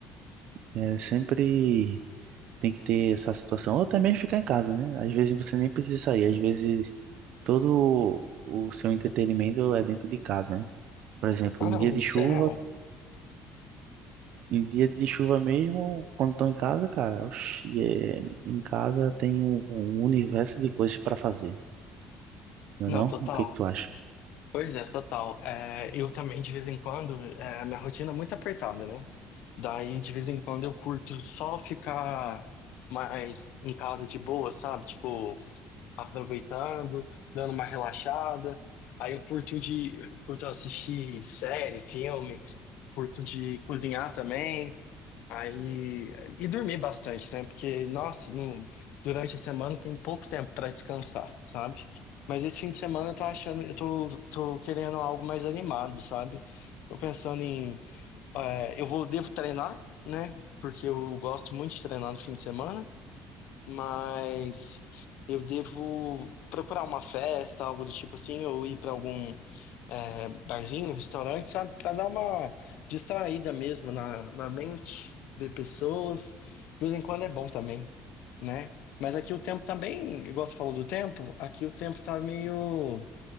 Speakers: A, on the right (about 65°); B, on the left (about 75°).
A: É, sempre tem que ter essa situação. Ou também ficar em casa, né? Às vezes você nem precisa sair. Às vezes todo o seu entretenimento é dentro de casa, né? Por exemplo,
B: Ah,
A: em
B: não,
A: dia de
B: isso
A: chuva,
B: é real.
A: em dia de chuva mesmo, quando estou em casa, cara, oxi, é, em casa tem um, um universo de coisas para fazer, não
B: Não,
A: é não?
B: total.
A: O que que tu acha?
B: Pois é, total. É, eu também, de vez em quando, é, minha rotina é muito apertada, né? Daí, de vez em quando, eu curto só ficar mais em casa de boa, sabe? Tipo, aproveitando, dando uma relaxada. Aí eu curto de, curto assistir série, filme, curto de cozinhar também. Aí, e dormir bastante, né? Porque, nossa, no- durante a semana tem pouco tempo pra descansar, sabe? Mas esse fim de semana eu tô achando, eu tô, tô querendo algo mais animado, sabe? Tô pensando em, é, eu vou, devo treinar, né? Porque eu gosto muito de treinar no fim de semana mas eu devo procurar uma festa, algo do tipo assim, ou ir para algum é, barzinho, restaurante, sabe? Pra dar uma distraída mesmo na, na mente, ver pessoas. De vez em quando é bom também, né? Mas aqui o tempo também bem, igual você falou do tempo, aqui o tempo tá meio